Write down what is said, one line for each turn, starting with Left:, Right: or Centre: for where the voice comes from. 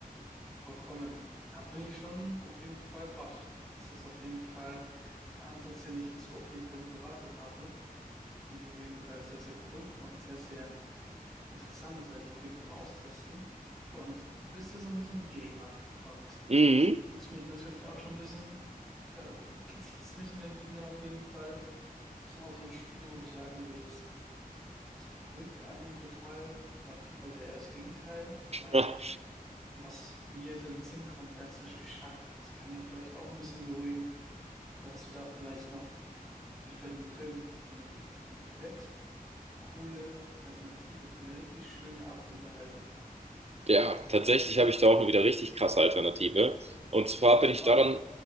Centre: vollkommen. Da bin ich schon auf jeden Fall baff. Das ist auf jeden Fall ein Ansatz, den ich jetzt so auf jeden Fall nicht erwartet habe. Finde ich auf jeden Fall sehr, sehr cool und sehr, sehr Interessant, das werde ich auf jeden Fall mal austesten. Und du bist ja so ein bisschen Gamer und
Right: Mhm.
Centre: da wird's mich natürlich auch schon ein bisschen, da kitzelt es mich in den Fingern auf jeden Fall. Gibt es denn auch so ein Spiel, wo du sagen würdest, das beruhigt einen total? Ich meine, FIFA ist ja eher das Gegenteil. Ich meine,
Right: Ja.
Centre: was mir in den Sinn kommt, wäre zum Beispiel Schach. Das kann ja vielleicht auch ein bisschen beruhigen. Oder hast du da vielleicht noch, wie bei den Filmen, so eine komplett coole Alternative für eine richtig schöne Abendsunterhaltung?
Right: Ja, tatsächlich habe ich da auch eine wieder richtig krasse Alternative. Und zwar
Centre: Ich bin
Right: bin
Centre: gespannt.
Right: ich daran